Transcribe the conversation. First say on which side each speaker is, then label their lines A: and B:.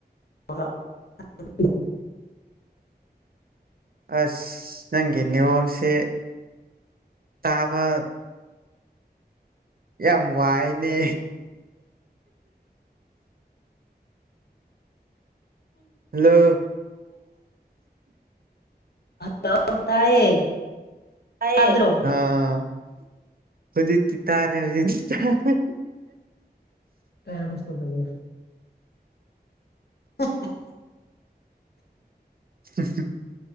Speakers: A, on the left; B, on the right.
A: ꯇꯧꯔꯛ <unintelligible>
B: ꯑꯁ ꯅꯪꯒꯤ ꯅꯦꯠ ꯋꯥꯛꯁꯦ ꯇꯥꯕ ꯌꯥꯝ ꯋꯥꯏꯅꯦ ꯍꯥꯜꯂꫭ
A: ꯍꯜꯂꯣ ꯇꯥꯏꯌꯦ
B: ꯇꯥꯏꯌꯦ
A: ꯇꯥꯗ꯭ꯔꯣ
B: ꯑꯥ ꯍꯧꯖꯤꯛꯗꯤ ꯇꯥꯔꯦ ꯍꯧꯖꯤꯛꯗꯤ ꯇꯥꯔꯦ
A: <unintelligible> ꯑꯍꯥ <unintelligible>
B: ꯍꯝ ꯍꯝ <unintelligible>